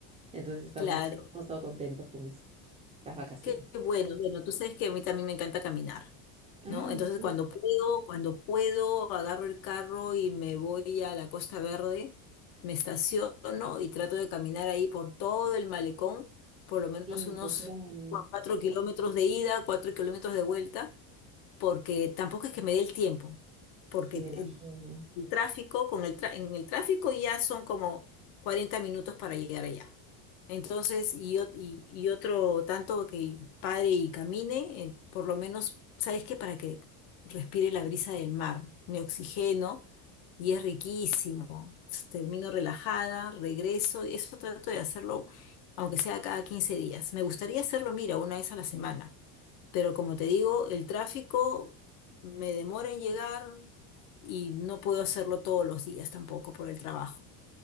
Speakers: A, on the right; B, on the left.
A: Entonces estamos,
B: claro.
A: hemos estado contentos con eso, estas vacaciones.
B: Qué bueno, bueno, tú sabes que a mí también me encanta caminar,
A: Ah,
B: ¿no? Entonces
A: súper
B: cuando puedo, cuando puedo, agarro el carro y me voy a la Costa Verde, me estaciono y trato de caminar ahí por todo el malecón, por lo menos
A: rico,
B: unos
A: claro.
B: cuatro kilómetros de ida, cuatro kilómetros de vuelta, porque tampoco es que me dé el tiempo, porque
A: Sí, me imagino.
B: el, el tráfico, con el tra- en el tráfico ya son como 40 minutos para llegar allá. Entonces, y, ot- y, y otro tanto que pare y camine, eh, por lo menos, ¿sabes qué? Para que respire la brisa del mar, me oxigeno y es riquísimo. Termino relajada, regreso, y eso trato de hacerlo, aunque sea cada 15 días. Me gustaría hacerlo, mira, una vez a la semana. Pero como te digo, el tráfico me demora en llegar y no puedo hacerlo todos los días tampoco por el trabajo.